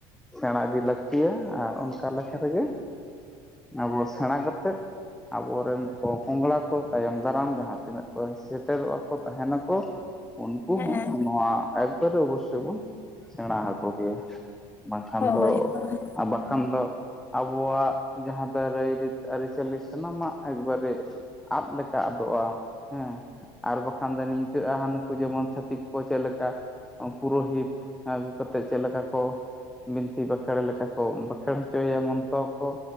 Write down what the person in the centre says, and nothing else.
ᱥᱮᱬᱟ ᱤᱫᱤ ᱞᱟᱹᱠᱛᱤᱭᱟ ᱟᱨ ᱚᱱᱠᱟ ᱞᱮᱠᱟ ᱨᱮᱜᱮ ᱟᱵᱚ ᱥᱮᱬᱟ ᱠᱟᱛᱮᱫ ᱟᱵᱚᱨᱮᱱ ᱯᱚᱼᱯᱚᱝᱲᱟ ᱠᱚ ᱛᱟᱭᱚᱢ ᱫᱟᱨᱟᱢ ᱡᱟᱦᱟ ᱛᱤᱱᱟᱹᱜ ᱠᱚ ᱥᱮᱴᱮᱨᱚᱜᱼᱟ ᱠᱚ ᱛᱟᱦᱮᱱᱟᱠᱚ ᱩᱱᱠᱩ
ᱦᱚ ᱱᱚᱣᱟ ᱮᱠᱵᱟᱨᱮ ᱚᱵᱚᱥᱥᱳᱭ ᱵᱚᱱ ᱥᱮᱬᱟ ᱦᱟᱠᱚ ᱜᱮᱭᱟ ᱵᱟᱝᱠᱷᱟᱱ
ᱫᱚ
ᱟᱨ ᱵᱟᱠᱷᱟᱱ ᱫᱚ ᱟᱵᱚᱣᱟᱜ ᱡᱟᱦᱟ ᱫᱚ ᱨᱟᱭ ᱨᱤᱛ ᱟᱹᱨᱤᱪᱟᱹᱞᱤ ᱥᱟᱱᱟᱢᱟᱜ ᱮᱠᱵᱟᱨᱮ ᱟᱫ ᱞᱮᱠᱟ ᱟᱫᱚᱜᱼᱟ ᱦᱮ ᱟᱨ ᱵᱟᱠᱷᱟᱱ ᱫᱚ ᱱᱤᱝᱠᱟᱹᱜᱼᱟ ᱦᱟᱱᱠᱩ ᱡᱮᱢᱚᱱ ᱪᱷᱟᱹᱛᱤᱠ ᱠᱚ ᱪᱮᱫ ᱞᱮᱠᱟ ᱯᱩᱨᱳᱦᱤᱛ ᱟᱹᱜᱩ ᱠᱟᱛᱮ ᱪᱮᱫ ᱞᱮᱠᱟ ᱠᱚ ᱵᱤᱱᱛᱤ ᱵᱟᱠᱷᱮᱲ ᱞᱮᱠᱟ ᱠᱚ ᱵᱟᱠᱷᱮᱲ ᱦᱚᱪᱚᱭᱮᱭᱟ ᱢᱚᱱᱛᱚᱨ ᱠᱚ